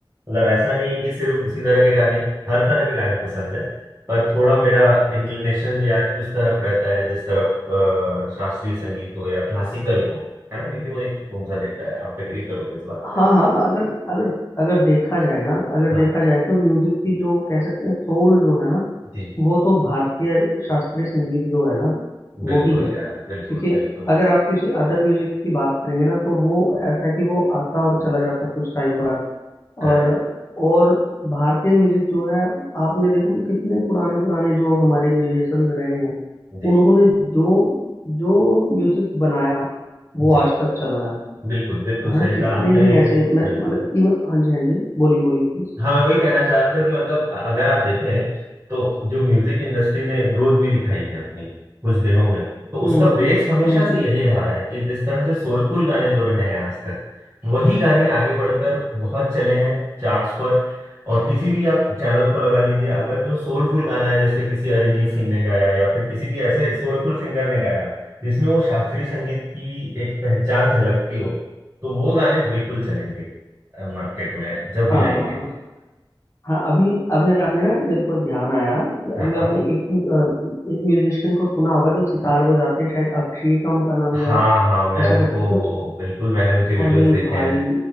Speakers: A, on the right (about 30°); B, on the left (about 35°).
A: मतलब ऐसा नहीं है कि सिर्फ उसी तरह के गाने हर तरह के गाने पसंद है पर थोड़ा मेरा इंक्लिनेशन या उस तरफ रहता है जिस तरफ अ, शास्त्रीय संगीत हो या क्लासिकल हो है ना क्योंकि वो एक सुकून सा देता है आप एग्री करोगे इस बात पे
B: हाँ हाँ अगर अगर अगर देखा जाए ना अगर
A: हाँ
B: देखा जाए तो म्यूजिक की जो कह सकते हैं सोल जो है ना
A: जी
B: वो तो भारतीय शास्त्रीय संगीत जो है ना
A: बिल्कुल
B: वो ही है
A: यार बिल्कुल
B: क्योंकि
A: बिल्कुल
B: अगर आप किसी अदर म्यूजिक की बात करेंगे ना तो वो ऐसा है कि वो आता और चला जाता कुछ टाइम बाद
A: करेक्ट
B: और और भारतीय म्यूजिक जो है आप ये देखो कि कितने पुराने पुराने जो हमारे म्यूजिशियंस रहे हैं
A: जी
B: उन्होंने जो जो म्यूजिक बनाया वो
A: जी
B: आज तक चल रहा है
A: बिल्कुल बिल्कुल
B: हाँ
A: सही
B: कितने
A: कहा आपने
B: ही ऐसे मैं
A: बिल्कुल
B: मतलब इव- हाँ जी हाँ जी बोलिए बोलिए प्लीज
A: हाँ मैं वही कहना चाह रहा था कि मतलब अगर आप देखें तो जो म्यूजिक इंडस्ट्री ने ग्रोथ भी दिखाई है अपनी कुछ दिनों में तो उसका
B: हम्म हम्म
A: बेस हमेशा
B: हम्म
A: से
B: हम्म
A: यही रहा है कि जिस तरह से सोलफुल गाने जो रहे हैं आज तक वही गाने आगे बढ़कर बहुत चले हैं चार्ट्स पर और किसी भी आप चैनल को लगा लीजिए अगर जो सोलफुल गाना है जैसे किसी अरिजीत सिंह ने गाया या फिर किसी भी ऐसे सोलफुल सिंगर ने गाया जिसमें वो शास्त्रीय संगीत की एक पहचान झलकती हो तो वो गाने बिल्कुल चलेंगे मार्केट में जब भी
B: हाँ
A: आएंगे
B: हाँ हाँ हाँ अभी अभी आपने ना मेरे को ध्यान आया कि
A: हाँ
B: अभी
A: हाँ
B: आपने एक अ, एक म्यूजिशियन को सुना होगा जो सितार बजाते हैं शायद अभिषेक है उनका नाम
A: हाँ
B: या
A: हाँ मैं
B: ऐसा
A: उनको
B: करके कुछ
A: बिल्कुल मैंने उनके वीडियोस
B: अरे
A: देखे
B: भाई
A: हैं